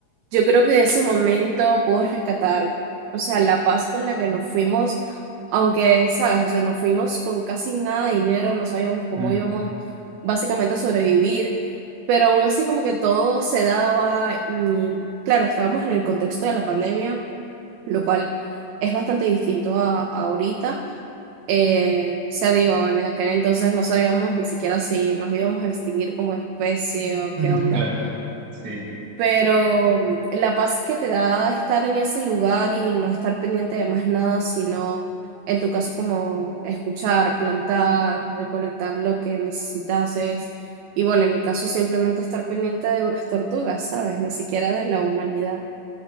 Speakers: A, on the right (about 80°); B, on the right (about 35°).
A: Yo creo que de ese momento puedo rescatar, o sea, la paz con la que nos fuimos, aunque, sabes, o sea, nos fuimos con casi nada de dinero, no sabíamos cómo
B: Mm,
A: íbamos básicamente a sobrevivir, pero aún así como que todo se daba y, claro, estábamos en el contexto de la pandemia, lo cual es bastante distinto a, a ahorita. Eh, o sea, digo, en aquel entonces no sabíamos ni siquiera si nos íbamos a extinguir como especie o
B: <laughs>
A: qué
B: mm,
A: onda.
B: claro, sí,
A: Pero mm, la paz que te da estar en ese lugar y no estar pendiente de más nada, sino en tu caso como escuchar, plantar, recolectar lo que necesitases. Y bueno, en mi caso simplemente estar pendiente de unas tortugas, ¿sabes? Ni siquiera de la humanidad.